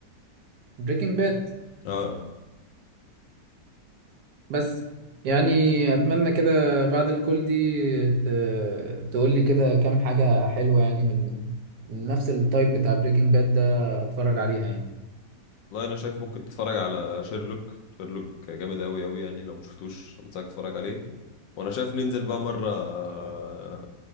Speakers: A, on the right; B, on the left.
A: بريكنج باد
B: اه اه
A: بس يعني أتمنى كده بعد الكل دي ت... تقول لي كده كام حاجة حلوة يعني من من نفس التايب بتاع بريكنج باد ده أتفرج عليها يعني
B: والله انا شايف ممكن تتفرج على شيرلوك شيرلوك جامد قوي قوي يعني لو مشفتوش انصحك تتفرج عليه وانا شايف ننزل بقى مره آه،